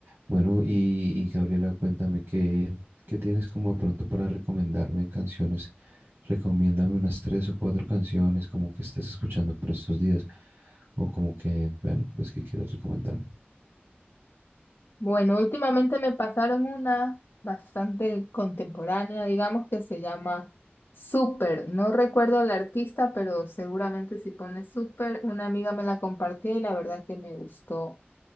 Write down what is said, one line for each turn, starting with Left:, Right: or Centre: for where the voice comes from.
Right: Bueno, y, y Gabriela, cuéntame qué, qué tienes como de pronto para recomendarme canciones. Recomiéndame unas tres o cuatro canciones como que estés escuchando por estos días. O como que, bueno, pues que quieras recomendarme.
Left: Bueno, últimamente me pasaron una bastante contemporánea, digamos, que se llama Super. No recuerdo la artista, pero seguramente si pone Super, una amiga me la compartió y la verdad que me gustó,